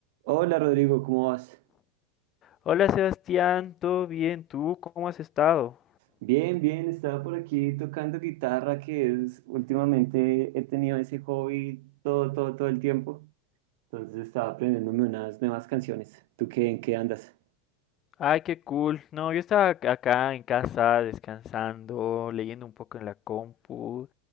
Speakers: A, on the right; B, on the left.
A: Hola Rodrigo, ¿cómo vas?
B: Hola Sebastián, ¿todo bien? ¿Tú cómo has estado?
A: Bien, bien, estaba por aquí tocando guitarra, que es últimamente he tenido ese hobby todo, todo, todo el tiempo. Entonces estaba aprendiéndome unas nuevas canciones. ¿Tú qué, en qué andas?
B: Ay, qué cool. No, yo estaba ac- acá en casa descansando, leyendo un poco en la compu.